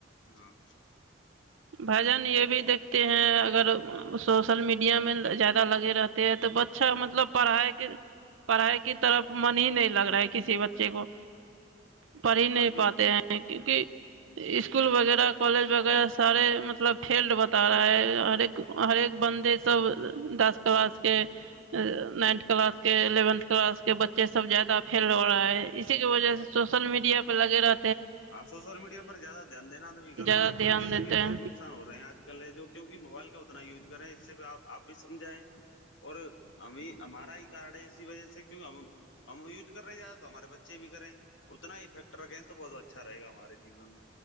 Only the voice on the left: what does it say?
ہاں
ہاں جی
ہاں سوشل میڈیا پر زیادہ دھیان دینا بھی غط
ہے کیوں
اس سے
بھی بہت
نقصان رہے ہیں آج ل جو کیوںہ موبائل کا اتنا یوز کریں اس سے بھی آپ بھی سمجھائیں اور ہم ہمارا ہی کارڈ ہے اسی وجہ سے کی ہم ہم یوج کر رہے ہیں زیادہ تو ہمارے بچے بھی کریں ہیں اتنا ہی فٹر تو بہت اچھا رہےا ہمارے جیون میں